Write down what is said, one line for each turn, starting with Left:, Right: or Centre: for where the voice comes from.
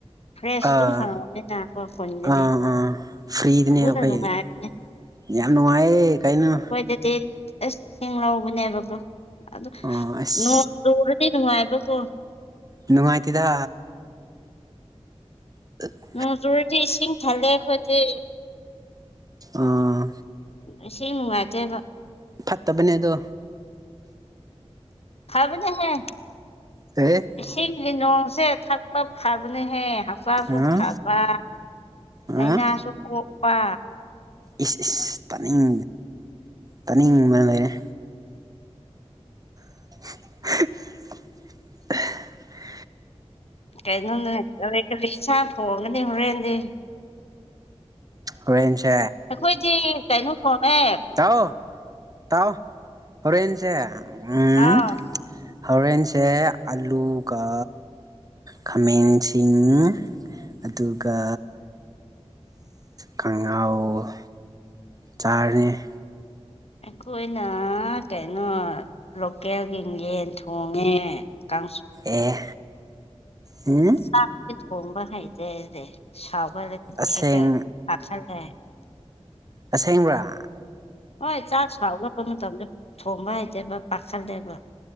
Left: ꯐ꯭ꯔꯦꯁ
Right: ꯑꯥ
Left: ꯑꯗꯨꯝ ꯈꯪꯉꯝꯒꯅꯤꯅꯀꯣ ꯈꯨꯟꯗꯗꯤ
Right: ꯑꯥ ꯑꯥ ꯐ꯭ꯔꯤꯗꯅꯦ
Left: ꯑꯗꯨꯅ
Right: ꯑꯩꯈꯣꯏꯒꯤꯗꯤ
Left: ꯅꯨꯡꯉꯥꯏꯕꯅꯦ
Right: ꯌꯥꯝ ꯅꯨꯡꯉꯥꯏꯌꯦ ꯀꯩꯅꯣ
Left: ꯑꯩꯈꯣꯏꯗꯗꯤ ꯑꯁ ꯏꯁꯤꯡ ꯂꯧꯕꯅꯦꯕꯀꯣ ꯑꯗꯣ
Right: ꯑꯣ ꯑꯁ
Left: ꯅꯣꯡ ꯆꯨꯔꯗꯤ ꯅꯨꯡꯉꯥꯏꯕꯀꯣ
Right: ꯅꯨꯡꯉꯥꯏꯇ‌ꯦꯗ <unintelligible>
Left: ꯅꯣꯡ ꯆꯨꯔꯗꯤ ꯏꯁꯤꯡ ꯊꯜꯂꯦ ꯑꯩꯈꯣꯏꯗꯤ
Right: ꯑꯥ
Left: ꯏꯁꯤꯡ ꯅꯨꯡꯉꯥꯏꯇꯦꯕ
Right: ꯐꯠꯇꯕꯅꯦ ꯑꯗꯣ
Left: ꯐꯥꯕꯅ‌ꯦ ꯍꯦ
Right: ꯀꯩ
Left: ꯏꯁꯤꯡꯒꯤ ꯅꯣꯡꯁꯦ ꯊꯛꯄ ꯐꯥꯕꯅꯦꯍꯦ ꯍꯛꯆꯥꯡꯁꯨ
Right: ꯑꯥ
Left: ꯐꯕ ꯕ ꯂꯩꯅꯥꯁꯨ
Right: ꯑꯥ
Left: ꯀꯣꯛꯄ
Right: ꯏꯁ ꯏꯁ ꯇꯥꯅꯤꯡ ꯇꯥꯅꯤꯡꯕꯅ ꯂꯩꯔꯦ <unintelligible>
Left: ꯀꯩꯅꯣ ꯅꯣꯛꯏꯗꯣ ꯀꯔꯤ ꯏꯟꯁꯥꯡ ꯊ‌ꯣꯡꯒꯅꯤ ꯍꯣꯔꯦꯟꯗꯤ
Right: ꯍꯣꯔꯦꯟꯁꯦ
Left: ꯑꯩꯈꯣꯏꯗꯤ ꯀꯩꯅꯣ ꯊ‌ꯣꯡꯉꯦ
Right: ꯇꯥꯎ ꯇꯥꯎ ꯍꯣꯔꯦꯟꯁꯦ ꯎꯝ
Left: ꯑꯥꯎ
Right: ꯍꯣꯔꯦꯟꯁꯦ ꯑꯂꯨꯒ ꯈꯥꯃꯦꯟꯁꯤꯡ ꯑꯗꯨꯒ ꯀꯥꯡꯉꯧ ꯆꯥꯔꯦ
Left: ꯑꯩꯈꯣꯏꯅ ꯀꯩꯅꯣ ꯂꯣꯀꯦꯜꯒꯤ ꯌꯦꯟ ꯊꯣꯡꯉꯦ ꯀꯥꯡꯁꯨ
Right: ꯑꯦ ꯎꯝ
Left: ꯆꯥꯛꯁꯦ ꯊꯣꯡꯕ ꯍꯩꯇꯦ ꯑꯩꯗꯤ ꯁꯧꯒꯠꯂꯗꯤ
Right: ꯑꯁꯦꯡ
Left: ꯍꯦꯛꯇ ꯆꯥꯛꯁꯜꯂꯦ
Right: ꯑꯁꯦꯡꯕ꯭ꯔꯥ
Left: ꯍꯣꯏ ꯆꯥꯛ ꯁꯧꯒꯛꯄ ꯃꯇꯝꯗ ꯊꯣꯡꯕ ꯍꯩꯇꯦꯕ ꯄꯥꯈꯠꯂꯦꯕ